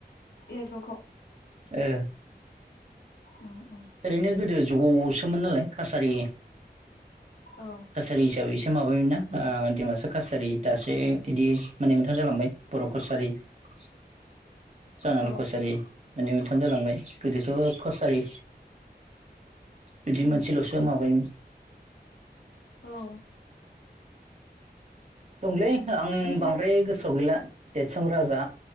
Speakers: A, on the left; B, on the right.
A: एरागदावखौ?
B: ओ
A: उम उम
B: ओरैनो गोदो ज'सोमोन नालाय कासारि
A: औ
B: काछारि हिसाबैस माबायोमोन ना ओ डिमासा कासारि दासो इदि माने मोन <unintelligible> जालांबाय बर' कसारि <inaudible> सानुवाल
A: औ
B: कसारि मोननै मोनथाम जालांबाय गोदोथ' कसारि बिदि
A: उम
B: मोनसेल'सो माबायोमोन
A: औ
B: दंलै आं
A: ओमफ्राय
B: बांद्राय गोसोआव गैला देरतसु राजा